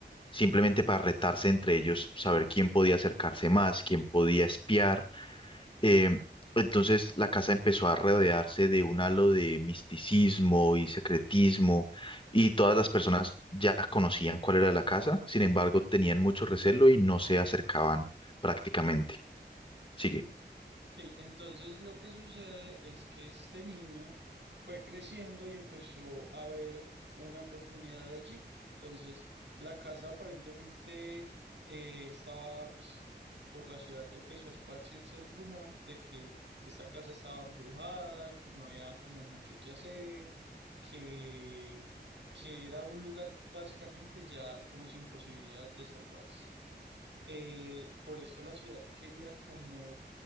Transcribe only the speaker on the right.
Ok, entonces lo que sucede es que este niño fue creciendo y empezó a ver una oportunidad allí. Entonces, la casa aparentemente eh, estaba, pues, por la ciudad empezó a esparcirse el rumor de que esta casa estaba embrujada, que no había como mucho que hacer, que, que era un lugar básicamente ya como sin posibilidad de salvarse. Eh, por esto la ciudad quería como